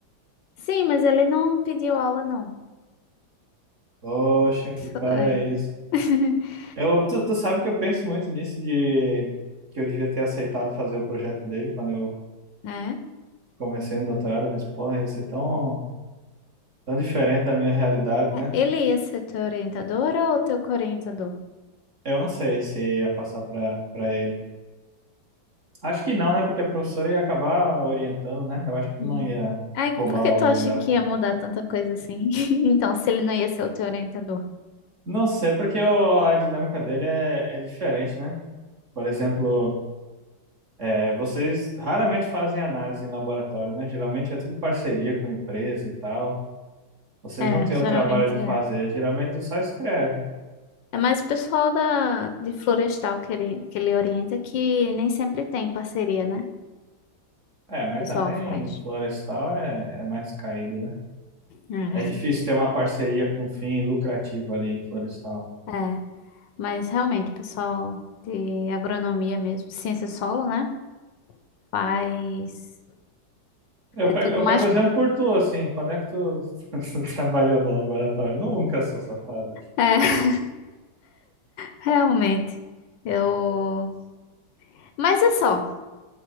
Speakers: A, on the left; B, on the right.
A: Sim, mas ele não pediu aula, não.
B: Poxa, que
A: Foi.
B: paraíso.
A: <laughs>
B: Eu, tu, tu sabe que eu penso muito nisso de que eu devia ter aceitado fazer o projeto dele quando eu
A: né?
B: comecei no doutorado, eu pensei, porra, ia ser tão, tão diferente da minha realidade, né?
A: Ele ia ser teu orientador ou teu coorientador?
B: Eu não sei se ia passar para para ele. Acho que não, né? Porque a professora ia acabar orientando, né? Eu acho que
A: Uhum.
B: não ia
A: Aí,
B: roubar
A: por que
B: o
A: tu
B: aluno
A: acha
B: dela.
A: que ia mudar tanta coisa assim? <laughs> Então, se ele não ia ser o teu orientador.
B: Não sei, porque o- a dinâmica dele é, é diferente, né? Por exemplo, é, vocês raramente fazem análise em laboratório, né? Geralmente é tudo parceria com empresa e tal. Vocês
A: É,
B: não têm
A: geralmente
B: o trabalho de
A: é.
B: fazer, geralmente só escreve.
A: É mais o pessoal da, de Florestal que ele, que ele orienta, que nem sempre tem parceria, né? O
B: É, mas
A: pessoal
B: também
A: faz.
B: florestal é, é mais caído, né?
A: É,
B: É difícil ter uma parceria com fim lucrativo ali em Florestal.
A: É, mas realmente, o pessoal de agronomia mesmo, ciência solo, né? Faz.
B: Eu
A: É
B: pego,
A: tudo
B: eu
A: mais.
B: pego exemplo por tu, assim. Quando é que tu, <laughs> trabalhou no laboratório? Nunca, sou safada.
A: É, <laughs> realmente. Eu. Mas é só.